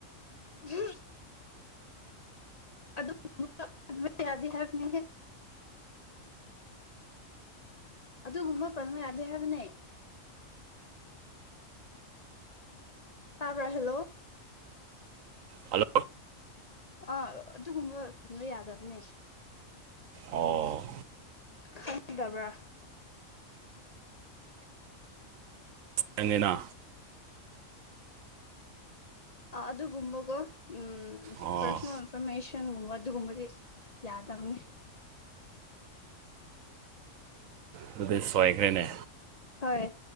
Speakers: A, on the left; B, on the right.
A: ꯎ ꯑꯗꯨ ꯑꯗꯨ ꯌꯥꯗꯦ ꯍꯥꯏꯕꯅꯤ ꯑꯗꯨꯒꯨꯝꯕ ꯐꯟꯨ ꯌꯥꯗꯦ ꯍꯥꯏꯕꯅꯦ ꯇꯥꯄꯥ ꯍꯦꯜꯂꯣ
B: ꯍꯜꯂꯣ
A: ꯑꯥ ꯑꯗꯨꯒꯨꯝꯕ ꯐꯟꯕ ꯌꯥꯗꯕꯅꯦ
B: ꯑꯣ
A: ꯈꯪꯗꯕ꯭ꯔ
B: ꯆꯅ
A: ꯑꯣ ꯑꯗꯨꯒꯃꯒꯣ ꯎꯝ
B: ꯑꯣ
A: ꯄꯔꯁꯣꯅꯦꯜ ꯏꯟꯐꯣꯔꯃꯦꯁꯟꯒꯨꯝꯕ ꯑꯗꯨꯒꯨꯝꯕꯗꯤ ꯌꯥꯗꯕꯅꯤ
B: ꯑꯗꯨꯗ ꯁ꯭ꯋꯥꯏꯈ꯭ꯔꯦꯅꯦ
A: ꯍꯣꯏ